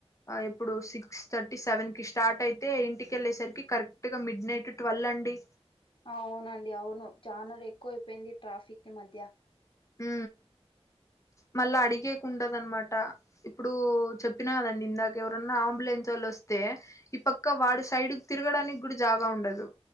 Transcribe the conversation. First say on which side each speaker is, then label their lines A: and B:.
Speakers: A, on the left (about 30°); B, on the left (about 55°).
A: ఇప్పుడు సిక్స్ థర్టీ సెవెన్ కి స్టార్ట్ అయితే ఇంటికెళ్ళేసరికి కరెక్ట్ గా మిడ్ నైట్ ట్వెల్వ్ అండి
B: అవునండి అవును చానలు ఎక్కువ అైపోయింది ట్రాఫిక్ి మధ్య
A: ఉ మళ్ళా అడిగేకుండదనమాట ఇప్పుడు చెప్పినాదండి ఇందాక ఎవరన్నా అంబులెన్స్ వాళ్ళు వస్తే ఈ పక్క వాడు సైడ్ తిరగడానికి కూడా జాగా ఉండదు